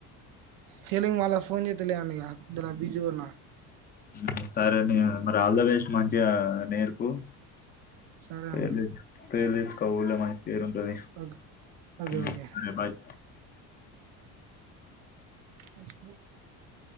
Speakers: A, on the right (about 65°); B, on the left (about 25°).
A: హేలింగ్ వాళ్ళకి ఫోన్ చే వద్దులే అన్నయ్య దుల బిజీగా ఉన్నా
B: మ్ సరే నీ మరి ఆల్ ద బెస్ట్ మంచిగా నేర్పు
A: సరే
B: పేలే
A: అన్న
B: పేల్ తేచ్చుకో ఊర్లో మంచి పేరు ఉంటది
A: ఓకే ఓకే
B: మ్
A: ఓకే
B: సరే బాయ్
A: అ